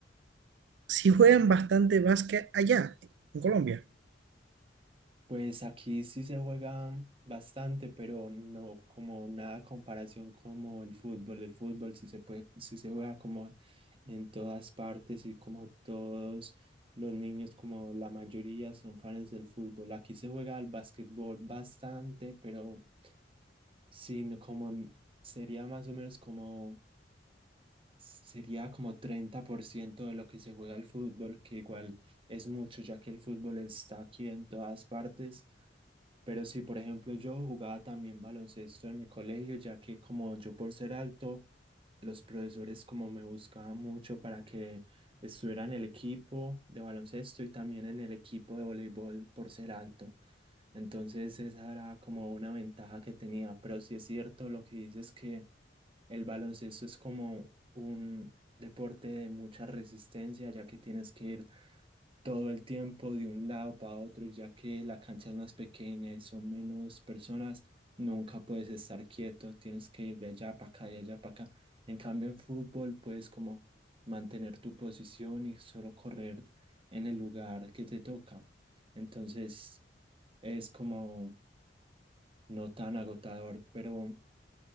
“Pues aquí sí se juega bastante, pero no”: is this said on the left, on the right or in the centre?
Right